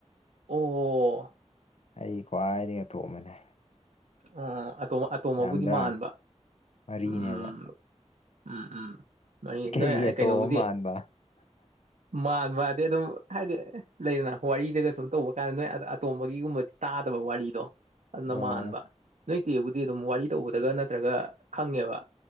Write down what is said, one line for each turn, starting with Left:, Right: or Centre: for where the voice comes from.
Right: ꯑꯣ
Left: ꯑꯩ ꯈ꯭ꯋꯥꯏꯗꯒꯤ ꯑꯇꯣꯝꯕꯅꯦ
Right: ꯑꯣ ꯑꯇꯣꯝ ꯑꯇꯣꯝꯕꯕꯨꯗꯤ
Left: ꯌꯥꯝꯗ꯭ꯔꯥ
Right: ꯃꯥꯟꯕ
Left: ꯃꯔꯤꯅꯦꯕ
Right: ꯎꯝ ꯎꯝ ꯎꯝ ꯅꯣꯏ
Left: ꯀꯩꯒꯤ
Right: ꯅꯣꯏ
Left: ꯑꯇꯣꯝ
Right: ꯀꯩꯅꯣꯕꯨꯗꯤ
Left: ꯃꯟꯕ
Right: ꯃꯥꯟꯕꯗꯤ ꯑꯗꯨꯝ ꯍꯥꯏꯗꯤ ꯂꯩꯗꯅ ꯋꯥꯔꯤꯗꯒ ꯁꯨꯝ ꯇꯧꯕ ꯀꯥꯟꯗ ꯅꯣꯏ <unintelligible> ꯇꯣꯝꯕꯒꯤꯒꯨꯝꯕꯗꯤ ꯇꯥꯗꯕ ꯋꯥꯔꯤꯗꯣ ꯑꯗꯨꯅ
Left: ꯑꯥ
Right: ꯃꯥꯟꯕ ꯅꯣꯏ ꯆꯦꯕꯨꯗꯤ ꯑꯗꯨꯝ ꯋꯥꯔꯤ ꯇꯧꯕꯗꯒ ꯅꯠꯇ꯭ꯔꯒ ꯈꯪꯉꯦꯕ